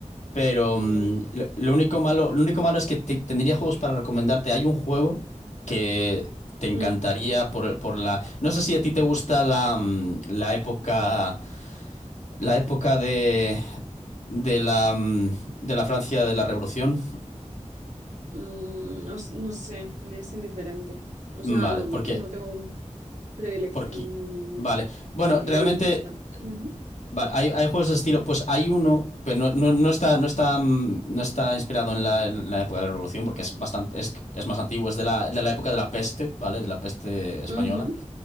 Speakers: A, on the left; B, on the right.
A: Pero
B: mm,
A: mm, lo, lo único malo, lo único malo es que te- tendría juegos para recomendarte. Hay un juego que te encantaría
B: mm,
A: por, por la. No sé si a ti te gusta la, mm, la época La época de, de la, mm, de la Francia de la Revolución.
B: mm, no, s- no sé, me es indiferente. O
A: Mm,
B: sea,
A: Vale, porque,
B: no tengo predilección
A: porque,
B: ni,
A: vale. Bueno,
B: ni
A: realmente,
B: me disgusta. Ujú,
A: vale, hay, hay juegos de estilo. Pues hay uno, pero no, no, no está, no está, mm, no está inspirado en la, en la época de la Revolución, porque es bastante, es, es más antiguo, es de la, de la época de la peste, ¿vale? De la peste española.
B: ujú,